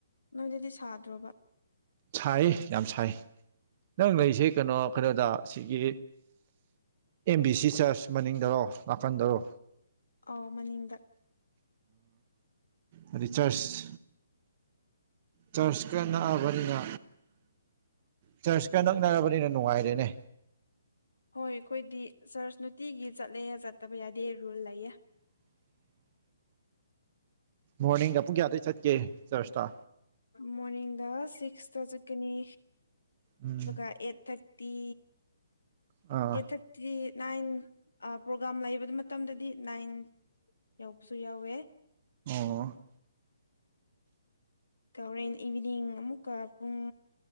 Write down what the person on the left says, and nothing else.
ꯅꯪꯗꯗꯤ ꯁꯥꯗ꯭ꯔꯣꯕ
ꯑꯣ ꯃꯅꯤꯡꯗ
ꯍꯣꯏ ꯑꯩꯈꯣꯏꯗꯤ ꯆꯔꯆ ꯅꯨꯡꯇꯤꯒꯤ ꯆꯠꯂꯦ ꯆꯠꯇꯕ ꯌꯥꯗꯦ ꯔꯨꯜ ꯂꯩꯌꯦ
ꯃꯣꯔꯅꯤꯡꯗ ꯁꯤꯛꯁꯇ ꯆꯠꯀꯅꯤ
ꯑꯗꯨꯒ ꯑꯩꯠ ꯊꯥꯔ ꯇꯤ
ꯑꯦꯇꯠ ꯁꯤ ꯅꯥꯏꯟ ꯄ꯭ꯔꯣꯒꯥꯝ ꯂꯩꯕ ꯃꯇꯝꯗꯗꯤ ꯅꯥꯏꯟ ꯌꯥꯎꯕꯁꯨ ꯌꯥꯎꯋꯦ
ꯑ ꯍꯣꯔꯦꯟ ꯏꯚꯤꯅꯤꯡ ꯑꯃꯨꯛꯀ ꯄꯨꯡ